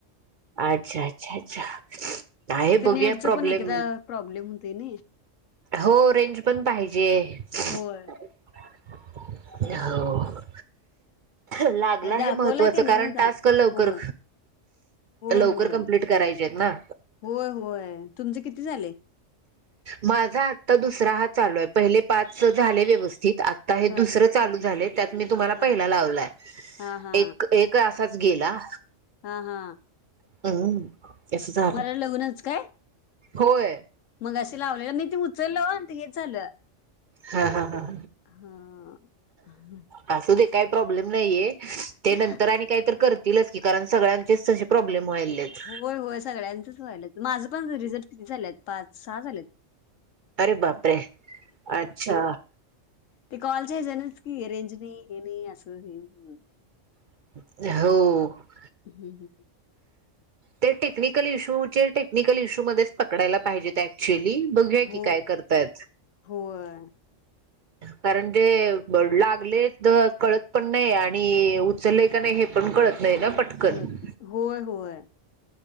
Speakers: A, on the right (about 50°); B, on the left (about 80°).
A: अच्छा अच्छा अच्छा, आहे
B: ते
A: बघूया
B: नेटच
A: प्रॉब्लेम
B: पण एकदा प्रॉब्लेम होते ना,
A: हो रेंज पण पाहिजे <unintelligible>
B: होय
A: हो, लागला
B: दाखवला
A: हे महत्वाचं
B: का नाही
A: कारण
B: मग दाख
A: टास्क लवकर
B: होय होय
A: लवकर
B: होय
A: कम्प्लीट करायचे आहेत ना
B: होय होय तुमचे किती झाले
A: माझा आत्ता दुसरा हा चालू आहे पहिले पाच झाले व्यवस्थित आता हे
B: हा
A: दुसर चालू झाले त्यात मी तुम्हाला
B: हा
A: पहिला लावलाय
B: हा हा
A: एक एक च गेला
B: हा हा
A: <unintelligible> झालं
B: मला लग्नच काय
A: होय
B: मग अशी लावले नी ती उचल व्हय हे झालं
A: हा हा हा
B: हा
A: असू दे काही प्रॉब्लेम नयीये ते
B: होय,
A: नंतर आणि काही तरी करतीलच कि कारण सगल्यानाचेच तसे प्रॉब्लेम व्हायलेत
B: होय होय सगळ्यांचंच व्हायलं माझं रिझल्ट त झालेत पाच सहा झालेत
A: अरे बापरे अच्छा
B: ते कॉलच्या आहे जनस कि रेंज <unintelligible>
A: <unintelligible>
B: <unintelligible>
A: ते टेक्निकल इश्यूचे टेक्निकल इश्यूमध्येच पकडायला पाहिजेत ते ऍक्च्युअली बघू या
B: हो,
A: काय करताय
B: होय.
A: कारण ज लागले तर कळत पण नाही आणि चलय का नाही हे पण कळत नाही ना पटकन
B: कळत नाही. होय, होय.